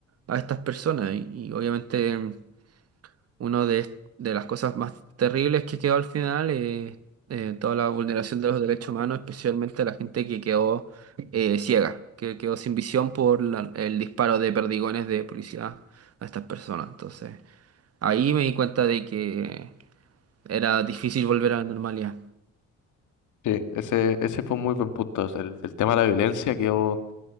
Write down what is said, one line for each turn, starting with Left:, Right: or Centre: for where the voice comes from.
Right: a estas personas y y obviamente... Uno de, est- de las cosas más terribles que quedó al final es eh, toda la vulneración de los derechos humanos, especialmente a la gente que quedó eh, ciega, que quedó sin visión por la- el disparo de perdigones de policía a estas personas. Entonces, ahí me di cuenta de que era difícil volver a la normalidad.
Left: Sí, ese, ese fue un muy buen punto. O sea, el, el tema de la violencia quedó,